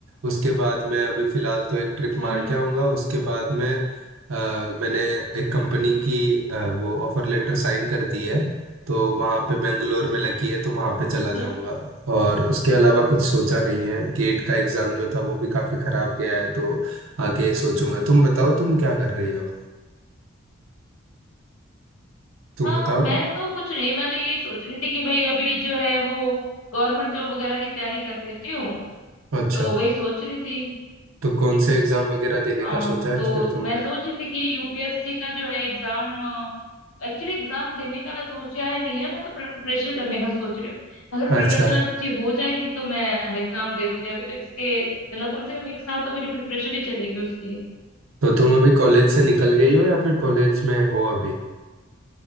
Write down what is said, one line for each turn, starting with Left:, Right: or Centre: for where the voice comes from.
Right: उसके बाद मैं अभी फिलहाल तो एक ट्रिप
Left: हम्म
Right: मार के आऊँगा उसके बाद में अ, मैंने एक कंपनी की अ, वो ऑफर लेटर साइन कर दी है तो वहाँ पे बेंगलोर में लगी है तो वहाँ पे चला
Left: अच्छा
Right: जाऊँगा और उसके अलावा कुछ सोचा नहीं है गेट का एग्ज़ाम जो था वो भी काफ़ी ख़राब गया है तो आगे सोचूंगा तुम बताओ तुम क्या कर रही हो तुम
Left: हाँ
Right: बताओ
Left: मैं तो कुछ नहीं मैं तो यही सोच रही थी कि भाई अभी जो है वो गवर्नमेंट जॉब वगैरह की तैयारी कर लेती हूँ
Right: अच्छा
Left: तो वही सोच रही थी
Right: तो कौन से एग्जाम वगैरह देने
Left: हाँ
Right: का सोचा है
Left: तो
Right: फिर तुमने
Left: मैं सोच रही थी कि यूपीएससी का जो है एग्जाम एक्चुअली एग्जाम देने का सोचा है नहीं है मैं तो प्रिपरेशन करने का सोच रही हूँ अगर प्रिपरेशन
Right: अच्छा
Left: अच्छी हो जाएगी तो मैं एग्जाम दे दूंगी अभी तो इसके मतलब कम से कम एक साल तो मेरी प्रिपरेशन ही चलेगी उसकी
Right: तो तुम अभी कॉलेज से निकल गई हो या फिर कॉलेज में हो अभी